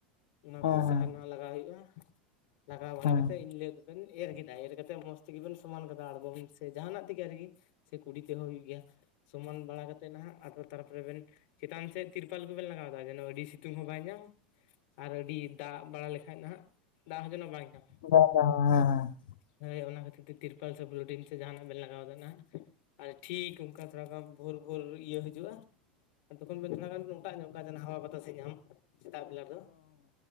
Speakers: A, on the left; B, on the left.
A: ᱚᱱᱟ ᱠᱚ
B: ᱦᱮᱸ ᱦᱮᱸ ᱦᱮᱸ ᱦᱮᱸ
A: ᱥᱟᱦᱟᱨ
B: ᱦᱮᱸ ᱦᱮᱸ ᱦᱮᱸ ᱦᱮᱸ ᱦᱮᱸ ᱦᱮᱸ ᱦᱮᱸ ᱦᱮᱸ ᱦᱮᱸ ᱦᱮᱸ ᱦᱮᱸ ᱦᱮᱸ
A: ᱱᱟᱦᱟᱜ ᱞᱟᱜᱟᱣ ᱦᱩᱭᱩᱜᱼᱟ ᱞᱟᱜᱟᱣ
B: ᱦᱮᱸ
A: ᱵᱟᱲᱟ ᱠᱟᱛᱮ ᱤᱧ ᱞᱟᱹᱭ ᱵᱮᱱ ᱮᱨ ᱠᱮᱫᱟ ᱮᱨ ᱠᱟᱛᱮ ᱢᱚᱸᱡᱽ ᱛᱮᱜᱮ ᱵᱮᱱ ᱥᱚᱢᱟᱱ ᱠᱟᱫᱟ ᱟᱲᱜᱚᱢ ᱥᱮ ᱡᱟᱦᱟᱸᱱᱟᱜ ᱛᱮᱜᱮ ᱟᱨᱠᱤ᱾ ᱥᱮ ᱠᱩᱰᱤ ᱛᱮᱦᱚᱸ ᱦᱩᱭᱩᱜ ᱜᱮᱭᱟ, ᱥᱚᱢᱟᱱ ᱵᱟᱲᱟ ᱠᱟᱛᱮ ᱱᱟᱦᱟᱜ-ᱟ ᱛᱟᱨᱯᱚᱨᱮ ᱵᱮᱱ ᱪᱮᱛᱟᱱ ᱥᱮᱫ ᱛᱤᱨᱯᱚᱞ ᱠᱚᱵᱮᱱ ᱞᱟᱜᱟᱣ ᱫᱟ ᱡᱮᱱᱚ ᱟᱹᱰᱤ ᱥᱤᱛᱩᱝ ᱦᱚᱸ ᱵᱟᱭ ᱧᱟᱢ ᱟᱨ ᱟᱹᱰᱤ ᱫᱟᱜ ᱵᱟᱲᱟ ᱞᱮᱠᱟᱡ ᱱᱟᱦᱟᱜ ᱫᱟᱜ ᱦᱚᱸ ᱡᱮᱱᱚ ᱵᱟᱭ ᱧᱟᱢ ᱾
B: <inaudible> ᱦᱮᱸ ᱦᱮᱸ
A: ᱦᱳᱭ ᱚᱱᱟ ᱠᱷᱟᱹᱛᱤᱨ ᱛᱮ ᱛᱤᱨᱯᱚᱞ ᱥᱮ ᱯᱚᱞᱤᱴᱤᱱ ᱥᱮ ᱡᱟᱦᱟᱸᱱᱟᱜ ᱵᱮᱱ ᱞᱟᱜᱟᱣ ᱫᱟ ᱱᱟᱸᱜ ᱟᱨ ᱴᱷᱤᱠ ᱚᱝᱠᱟ ᱛᱷᱚᱲᱟ ᱜᱟᱱ ᱵᱷᱳᱨ ᱵᱷᱳᱨ ᱤᱭᱟᱹ ᱦᱤᱡᱩᱜᱼᱟ᱾ ᱛᱚᱠᱷᱚᱱ ᱵᱮᱱ ᱛᱷᱚᱲᱟ ᱜᱟᱱ ᱵᱮᱱ ᱚᱴᱟᱜ ᱧᱚᱜ ᱠᱟᱜ-ᱟ, ᱡᱮᱱᱚ ᱦᱟᱣᱟ ᱵᱟᱛᱟᱥ ᱮ ᱧᱟᱢ ᱾ ᱥᱮᱛᱟᱜ ᱵᱮᱞᱟ ᱫᱚ